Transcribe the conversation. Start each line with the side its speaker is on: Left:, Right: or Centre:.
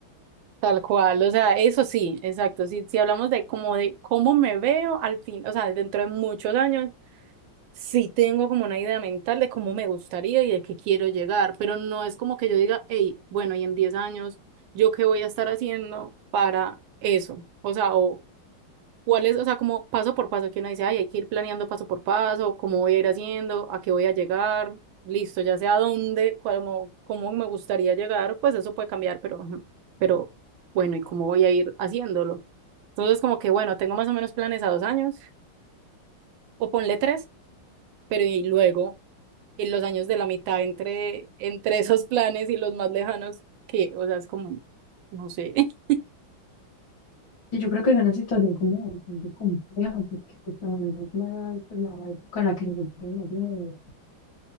Right: Tal cual, o sea, eso sí, exacto. Si, si hablamos de como de cómo me veo al fin, o sea, dentro de muchos años, sí tengo como una idea mental de cómo me gustaría y de qué quiero llegar, pero no es como que yo diga, hey, bueno, y en 10 años, ¿yo qué voy a estar haciendo para eso? O sea, o cuál es, o sea, como paso por paso, que uno dice, ay, hay que ir planeando paso por paso, cómo voy a ir haciendo, a qué voy a llegar, listo, ya sé a dónde, cómo, cómo me gustaría llegar, pues eso puede cambiar, pero, ujú, pero bueno, ¿y cómo voy a ir haciéndolo? Entonces, como que, bueno, tengo más o menos planes a dos años, o ponle tres pero y luego en los años de la mitad entre, entre esos planes y los más lejanos, que, o sea, es como, no sé, <laughs>
Left: Sí, Yo creo que es una situación como bastante compleja, porque pues, también es la, pues, la época en la que nosotros nacimos, es